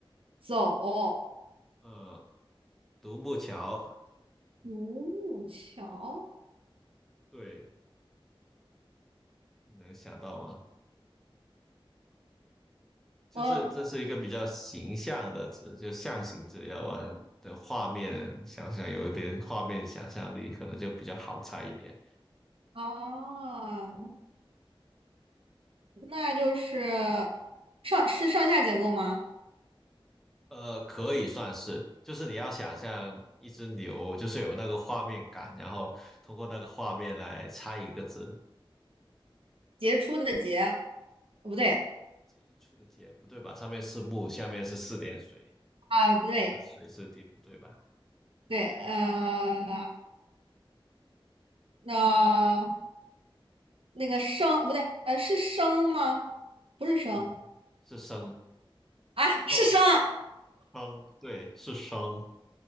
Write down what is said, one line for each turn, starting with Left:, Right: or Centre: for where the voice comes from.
Right: 走
Centre: 呃，独木桥，
Right: 独木桥，
Centre: 对，你能想到吗？就是这是一个比较形象的词，
Right: 哦
Centre: 就象形字，要玩的画面想想，有一点画面想象力，可能就比较好猜一点。
Right: 哦，那就是上是上下结构吗？
Centre: 呃，可以算是，就是你要想象一只牛，就是有那个画面感，然后通过那个画面来猜一个字。
Right: 杰出的杰，不对
Centre: 接触的接不对吧？上面是木，下面是四点水，
Right: 啊，不对，
Centre: 这个水是底不对吧？
Right: 对，呃，那那个生不对，呃，是生吗？不是生
Centre: 嗯，是生
Right: 啊，
Centre: 双
Right: 是生
Centre: 双，对，是双，